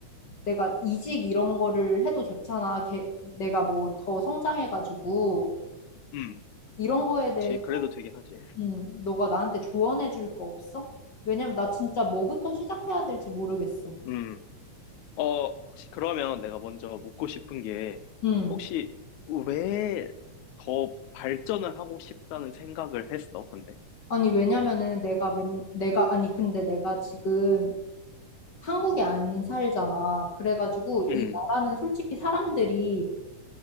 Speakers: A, on the left (about 45°); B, on the left (about 75°).
A: 내가 이직 이런 거를 해도 좋잖아. 개, 내가 뭐 더 성장해가지고.
B: 음,
A: 이런 거에 대해서
B: 지, 그래도 되긴 하지.
A: 음, 너가 나한테 조언해 줄 거 없어? 왜냐면 나 진짜 뭐부터 시작해야 될지 모르겠어.
B: 음, 어, 혹시 그러면 내가 먼저 묻고 싶은 게,
A: 음.
B: 혹시 왜 더 발전을 하고 싶다는 생각을 했어, 근데?
A: 아니, 왜냐면은 내가 맨, 내가, 아니, 근데 내가 지금 한국에 안 살잖아. 그래가지고
B: 음,
A: 이 나라는 솔직히 사람들이